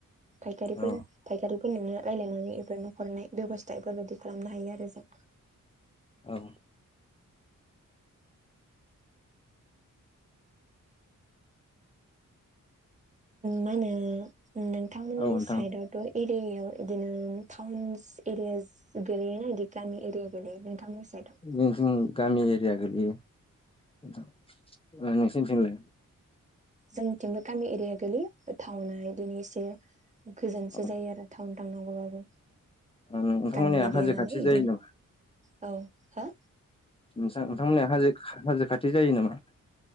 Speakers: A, on the right; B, on the left.
A: फायखारिफोर
B: औ
A: फायखारिफोरोनो रायलायनानै बेफोर न' हरनाय बेब'स्था बेफोरबायदि खालामनो हायो आरो जों
B: औ
A: मा होनो नोंथांमोननि
B: औ नोंथां
A: साइदआव थ' एरियायाव बिदिनो टाउन्स एरिया गेलेयोनादि गामि एरिया गेलेयो नोंथांमोननि साइदआव
B: जोंनिथिं गामि एरिया गोलैयो नोंसोरनिथिंलाय
A: जोंनिथिंबो गामि एरिया गोलैयो थावना बिदिनो एसे गोजोनसो
B: औ
A: जायो आरो थाउन थांनांगौबाबो
B: नोंथांमोननिया
A: गामि एरिया
B: हाजो खाथि
A: नालाय
B: जायो
A: बिदिनो
B: नामा
A: औ हा
B: नोंथां नोंथांमोननिहा हाजो हाजो खाथि जायो नामा